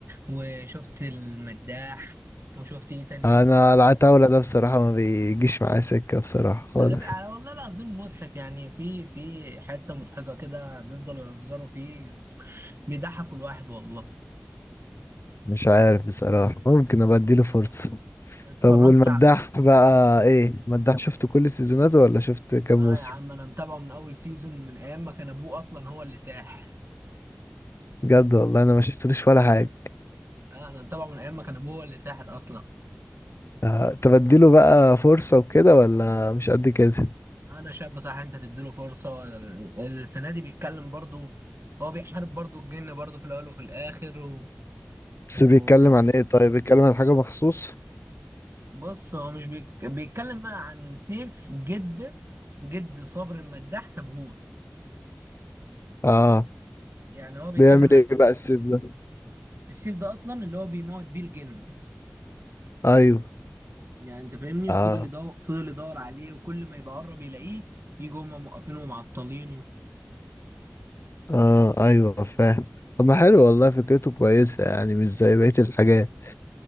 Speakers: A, on the right; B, on the left.
A: وشفت المداح وشفت ايه تاني
B: انا
A: ال-
B: العتاولة ده بصراحة ما بيجيش معايا سكة بصراحة خالص
A: لا على والله العظيم مضحك يعني في في حتة مضحكة كده بيفضلوا يهزروا فيه بيضحكوا الواحد والله
B: مش عارف بصراحة ممكن ابقى اديله فرصة
A: اتفرجت
B: طب والمداح
A: ع-
B: بقى ايه المداح شفت كل السيزونات ولا شفت كام
A: اه
B: موسم
A: يا عم انا متابعه من اول سيزون من ايام ما كان ابوه اصلا هو اللي ساح
B: بجد والله انا ما شفتلوش ولا حاجة
A: انا متابعه من ايام ما كان ابوه هو اللي ساحر اصلا
B: آه، تبديله بقى فرصة وكده ولا مش قد كده
A: انا شايف بصراحه انت تديله فرصه ال- السنه دي بيتكلم برضو هو بيحارب برضو الجن برضو في الاول وفي الاخر و...
B: بس
A: و...
B: بيتكلم عن ايه طيب بيتكلم عن حاجة مخصوص
A: بص هو مش بيك... بيتكلم بقى عن سيف جد جد صابر المداح سابهول
B: اه
A: يعني هو بيتكلم
B: بيعمل ايه
A: عن الس-
B: بقى السيف ده
A: السيف ده اصلا اللي هو بيموت بيه الجن
B: ايوه
A: يعني انت فاهمني
B: اه
A: وفضل يدور فضل يدور عليه وكل ما يبقى قرب يلاقيه يجوا هم موقفينه ومعطلينه
B: اه ايوه فاهم طب ما حلو والله فكرته كويسة يعني مش زي بقية الحاجات